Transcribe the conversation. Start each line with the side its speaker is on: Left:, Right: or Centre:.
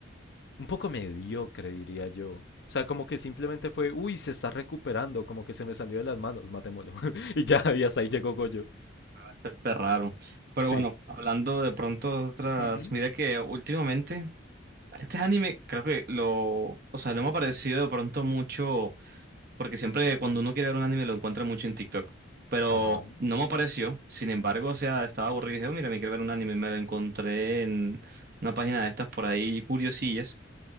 Left: un poco mediocre, diría yo. O sea, como que simplemente fue, uy, se está recuperando, como que se me salió de las manos, matémoslo. <laughs> y ya, y hasta ahí llegó Goyo.
Right: bastante raro. Pero
Left: Sí.
Right: bueno, hablando de pronto de otras,
Left: Ujú.
Right: mira que últimamente, este anime creo que lo, o sea, no me ha parecido de pronto mucho, porque siempre cuando uno quiere ver un anime lo encuentra mucho en TikTok. Pero
Left: Ajá,
Right: no me apareció, sin embargo, o sea, estaba aburrido y dije, "Oh, mira, me quiero ver un anime, me lo encontré en una página de estas por ahí, curiosillas.